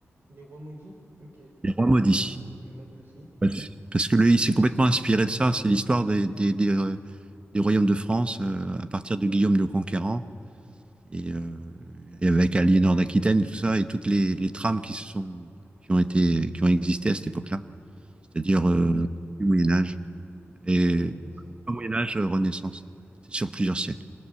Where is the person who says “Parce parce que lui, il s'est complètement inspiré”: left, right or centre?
Right